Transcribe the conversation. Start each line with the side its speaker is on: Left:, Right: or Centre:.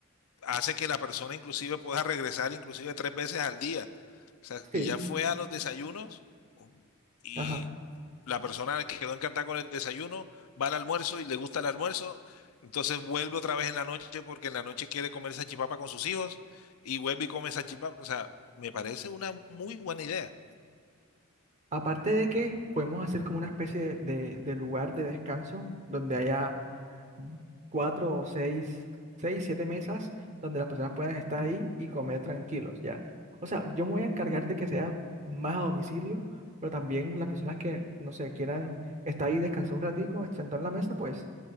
Left: hace que la persona inclusive pueda regresar inclusive tres veces al día. O sea,
Right: Sí,
Left: si ya fue a los desayunos y
Right: ajá.
Left: la persona que quedó encantada con el desayuno va al almuerzo y le gusta el almuerzo, entonces vuelve otra vez en la noche porque en la noche quiere comer salchipapa con sus hijos y vuelve y come salchipapa. O sea, me parece una muy buena idea.
Right: Aparte de que podemos hacer como una especie de, de- de lugar de descanso donde haya cuatro o seis, seis, siete mesas donde las personas puedan estar ahí y comer tranquilos, ya. O sea, yo me voy a encargar de que sea más a domicilio, pero también las personas que, no sé, quieran estar ahí, descansar un ratico, sentado en la mesa, pues